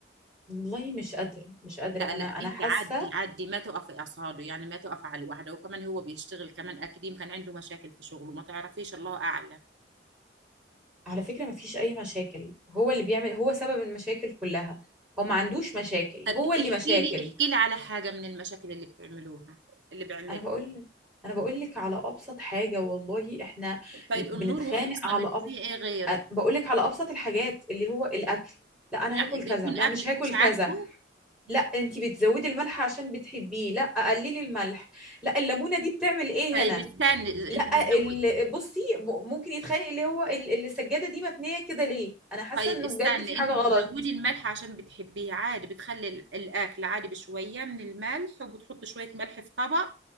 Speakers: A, in the centre; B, on the right.
A: والله مش قادرة مش قادرة
B: لا
A: انا
B: لا
A: انا
B: انت
A: حاسة
B: عدي عدي ما تقفي اصهاده يعني ما تقفي على الواحده وكمان هو بيشتغل كمان اكاديم كان عنده مشاكل في شغله ما تعرفيش الله اعلم
A: على فكرة ما فيش اي مشاكل هو اللي بيعمل هو سبب المشاكل كلها هو ما عندوش مشاكل
B: طب
A: هو
B: احكي
A: اللي مشاكل
B: لي احكي لي على حاجه من المشاكل اللي بتعملوها اللي بيعملها
A: انا بقول انا بقول لك على ابسط حاجة والله احنا
B: طيب
A: بنتخانق
B: النور وخلصنا
A: على
B: منه
A: أب...
B: في ايه غيره
A: أ- بقولك على ابسط الحاجات اللي هو الاكل لا انا
B: يعني
A: هاكل
B: بيكون
A: كذا لا
B: اكلك
A: مش هاكل
B: مش عاجبه
A: كذا لا انت بتزودي الملح عشان بتحبيه لا قللي الملح لا الليمونه دي بتعمل ايه
B: طيب
A: هنا
B: استني
A: لا
B: انت بتزودي
A: ال- بصي م- ممكن يتخانق اللي هو ال- السجاده دي متنيه كده ليه انا حاسه
B: طيب
A: انه
B: استني
A: بجد في حاجه
B: انت
A: غلط
B: بتزودي الملح عشان بتحبيه عادي بتخلي ال- الاكل عادي بشويه من الملح وبتحط شويه ملح في طبق